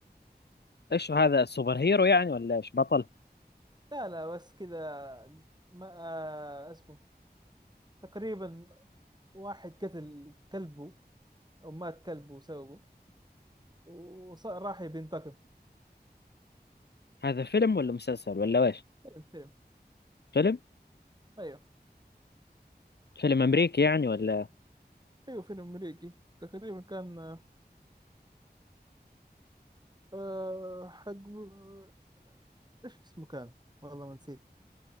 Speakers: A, on the left (about 75°); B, on the right (about 25°).
A: ايش هذا سوبر هيرو يعني ولا ايش بطل
B: لا لا بس كذا ما آه اسمه تقريبا واحد قتل كلبه أو مات كلبه وسوه وراح يبي ينتقم
A: هذا فيلم ولا مسلسل ولا ايش
B: فيلم فيلم
A: فيلم
B: أيوه
A: فيلم امريكي يعني ولا
B: أيوه فيلم أمريكي تقريبا كان آه حق آه، إيش اسمه كان والله ما نسيت